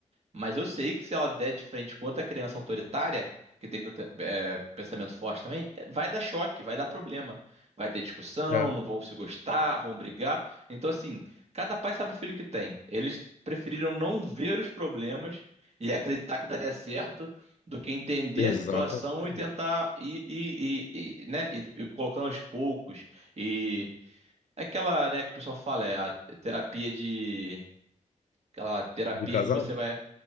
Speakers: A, on the right; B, on the left.
A: Mas eu sei que se ela der de frente com outra criança autoritária, que tem é, pensamento forte também, é, vai dar choque, vai dar problema. Vai ter discussão,
B: É.
A: não vão se gostar, vão brigar. Então, assim, cada pai sabe o filho que tem. Eles preferiram não ver os problemas e acreditar que daria certo do que entender
B: Exatamente.
A: a situação e tentar ir, ir, ir- ir, né, ir, ir colocando aos poucos. E é aquela, né, que o pessoal fala, é a terapia de. Aquela terapia
B: De casal?
A: que você vai